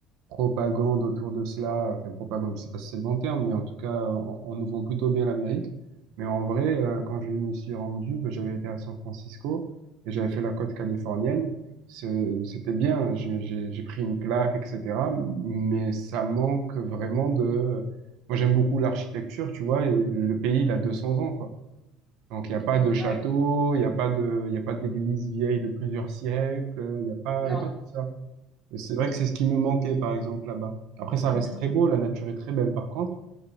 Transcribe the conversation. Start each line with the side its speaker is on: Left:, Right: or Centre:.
Right: propagande autour de cela. Enfin, propagande, je sais pas si c'est le bon terme, mais en tout cas, on, on nous vend plutôt bien l'Amérique. Mais en vrai, euh,
Centre: mhm,
Right: quand je me suis rendu, ben, j'avais été à San Francisco et j'avais fait la côte californienne. C'est- C'était bien, hein, j'ai j'ai- j'ai pris une claque, etc. Mais ça manque vraiment de... euh, Moi, j'aime beaucoup l'architecture, tu vois, et le pays, il a 200 ans, quoi. Donc, il n'y a
Centre: mhm.
Right: pas de château,
Centre: Ouais,
Right: il n'y a pas de, il y a pas d'église vieille de plusieurs siècles, il n'y a pas,
Centre: non.
Right: il y a pas tout ça. Et c'est vrai que c'est ce qui me manquait, par exemple, là-bas. Après, ça
Centre: Mhm,
Right: reste très beau, la nature est très belle, par contre.